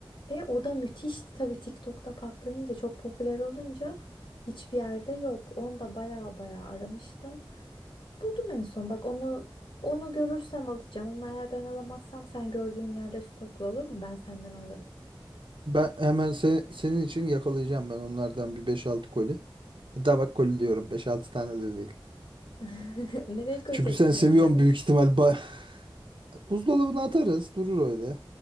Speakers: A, on the left; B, on the right.
A: Ve o da müthişti tabii TikTok'ta patlayınca çok popüler olunca hiçbir yerde yok. Onu da baya baya aramıştım. Buldum en son bak onu onu görürsem alacağım ama eğer ben alamazsam sen gördüğün yerde stokla olur mu? Ben senden alırım.
B: ben hemen se- senin için yakalayacağım ben onlardan bir beş altı koli. Hatta bak koli diyorum beş altı tane de değil.
A: <laughs> Nereye koyacaksın
B: Çünkü sen seviyorsun
A: onları?
B: büyük ihtimal. Ba- <laughs> Buzdolabına atarız durur öyle.